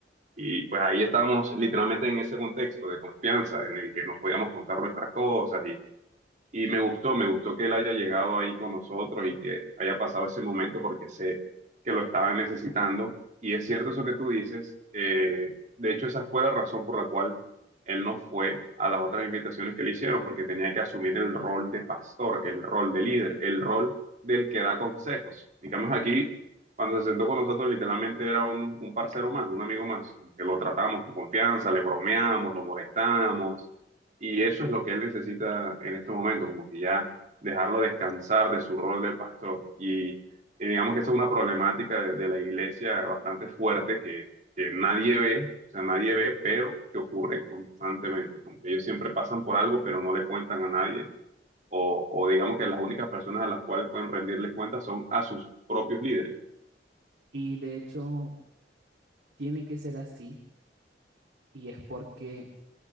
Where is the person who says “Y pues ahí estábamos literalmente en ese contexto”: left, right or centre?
Right